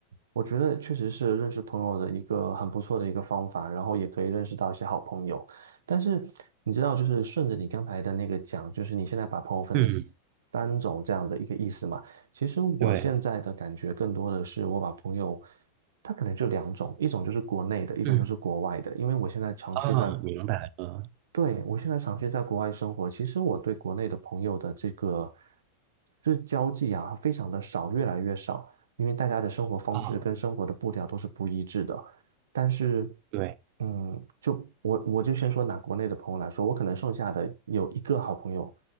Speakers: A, on the right; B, on the right.
A: 我觉得确实是认识朋友的一个很不错的一个方法，然后也可以认识到一些好朋友。但是你知道，就是顺着你刚才的那个讲，就是你现在把朋友分成
B: 嗯，
A: 三种这样的一个意思嘛。其实我现在的感觉更多的是，
B: 对，
A: 我把朋友，他可能就两种，一种就是国内的，一种就是国外的。
B: 嗯，
A: 因为我现在长期在
B: 啊，明白了，
A: 对，我现在长期在国外生活，其实我对国内的朋友的这个就是交际啊，非常的少，越来越少，因为大家的生活方式跟生活的步调都是不一致的。
B: 啊，
A: 但是，
B: 对，
A: 嗯，就我我就先说拿国内的朋友来说，我可能剩下的有一个好朋友，